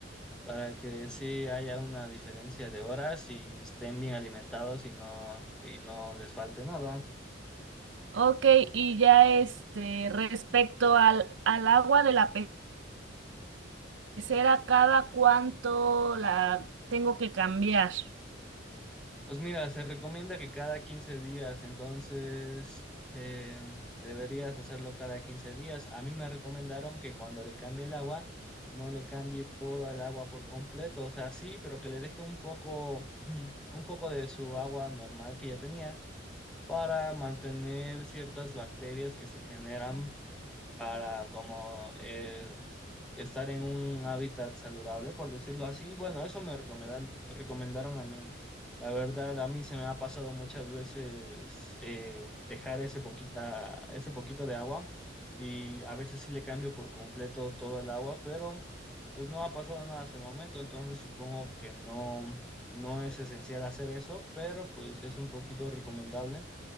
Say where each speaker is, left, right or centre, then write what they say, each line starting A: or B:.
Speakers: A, in the centre; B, on the right (about 70°).
A: para que sí haya una diferencia de horas y estén bien alimentados y no y no les falte nada.
B: Ok, y ya este, respecto al, al agua de la pe- pecera, ¿cada cuánto la tengo que cambiar?
A: Pues mira, se recomienda que cada 15 días, entonces eh, deberías hacerlo cada 15 días. A mí me recomendaron que cuando le cambie el agua, no le cambie toda el agua por completo, o sea, sí, pero que le deje un poco, <clears throat> un poco de su agua normal que ya tenía para mantener ciertas bacterias que se generan para como eh, estar en un hábitat saludable, por decirlo así. Bueno, eso me recomendan, recomendaron a mí. La verdad, a mí se me ha pasado muchas veces eh, dejar ese poquita, ese poquito de agua y a veces sí le cambio por completo todo el agua, pero pues no ha pasado nada hasta el momento, entonces supongo que no, no es esencial hacer eso, pero pues es un poquito recomendable.